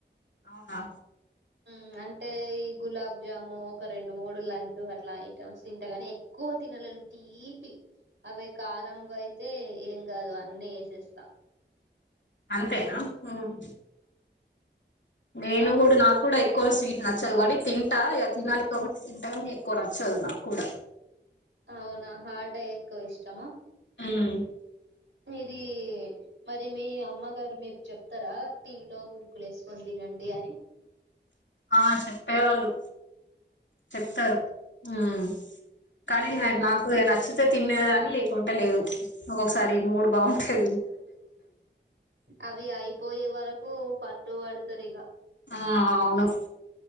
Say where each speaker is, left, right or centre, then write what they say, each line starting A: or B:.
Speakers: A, on the left; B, on the right.
A: అవునా
B: మ్మ్ అంటే ఈ గులాబ్జాము ఒక రెండు మూడు లడ్డు అట్లా ఐటమ్స్ తింటగాని, ఎక్కువ తినలేను తీపి అవే కారం అయితే ఏం కాదు అన్నీ ఎసేస్తా.
A: అంతేనా మ్ నేను
B: ఆ
A: గూడా నాకు కూడ ఎ క్కువ స్వీట్ నచ్చదు గానీ తింటా ఇగ తినాలి గాబట్టి తింటా కానీ ఎక్కువ నచ్చదు నాకు కూడా.
B: అవునా! హాటే ఎక్కువ ఇష్టమా?
A: హ్మ్
B: ఇదీ మరి మీ అమ్మగారు మీకు చెప్తరా టీ లో మురుకులు ఏసుకొని తినండి అని.
A: ఆ చెప్పే వాళ్ళు. చెప్తారు
B: ఉమ్.
A: మ్మ్ కానీ
B: ఇక
A: నా నాకు నచ్చితే తిన్నే దాన్ని లేకుంటే లేదు. ఒక్కొక్కసారి మూడు బాగుంటే
B: అవి అయిపోయే వర కు పట్టు పడుతరిగ
A: ఆ అవును